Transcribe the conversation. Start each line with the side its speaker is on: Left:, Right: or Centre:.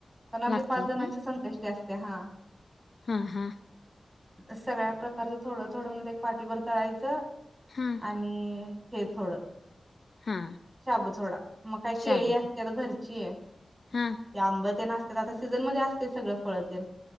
Right: पण आमच्या
Left: लागतय
Right: पाच जणांची
Left: का
Right: संकष्टी असते हा
Left: हा हा
Right: सगळ्या प्रकारच थोडं थोडं म्हणज एक पाठीीवरर तळायचं
Left: हा
Right: आणि हे थोडं
Left: हा
Right: शाबूचोडा मग काही केळी
Left: शाबू
Right: असते तर घरची आहे ते
Left: हा
Right: आंब ते नाते त्यात आता सीझन मध्ये असते सगळं फळ ते